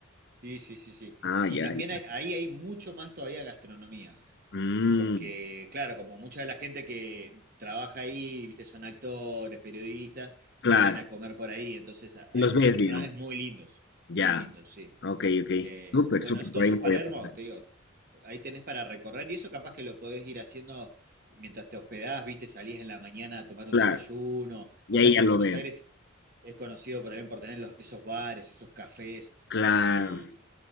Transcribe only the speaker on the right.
Sí, sí, sí, sí.
Y
también
hay- ahí hay mucho más todavía gastronomía.
Porque, claro, como mucha de la gente que trabaja ahí, viste, son actores, periodistas, salen
a comer por ahí. Entonces a-
hay muchos
restaurantes
muy lindos,
muy lindos, sí.
Eh,
bueno,
es- todo
eso
es Palermo,
te digo, ahí tenés para recorrer y eso capaz que lo podés ir haciendo mientras te hospedás, viste, salís en la mañana a tomar un
desayuno.
Vos
sabés
que en
Buenos
Aires es conocido por- también por tener los- esos bares, esos cafés
y